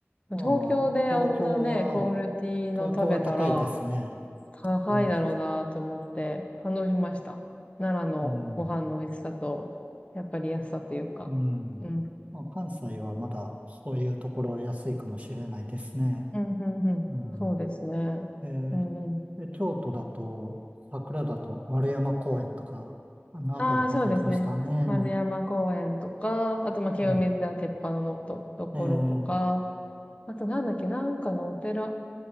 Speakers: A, on the right (about 30°); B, on the left (about 25°).
A: まあ、
B: 東京であんなね、
A: 東京は、
B: クオリティの食べたら
A: 東京は高いですね。
B: 高いだろうなと思って感動しました。
A: うん、
B: 奈良のご飯の美味しさと、
A: うん、うん。
B: やっぱり安さというか。
A: うんまあ、
B: うん。
A: 関西はまだそういうところは安いかもしれないですね。
B: うん、うん、うん。
A: うん。
B: そうですね。
A: え
B: うん、うん。
A: ー、で京都だと、桜だと丸山公園とか、あの辺りとか行きましたね。
B: ああ、そうですね。丸山公園とか、あと、まあ、清水寺鉄板のと、
A: ええ、
B: ところとか、
A: ええ、
B: あとなんだっけ、なんかのお寺、